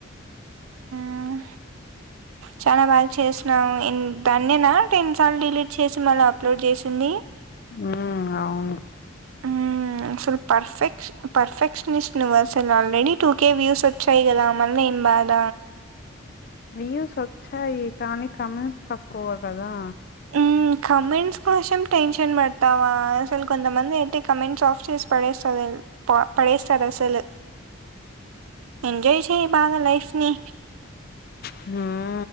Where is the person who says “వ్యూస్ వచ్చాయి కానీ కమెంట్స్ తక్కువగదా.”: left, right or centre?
Left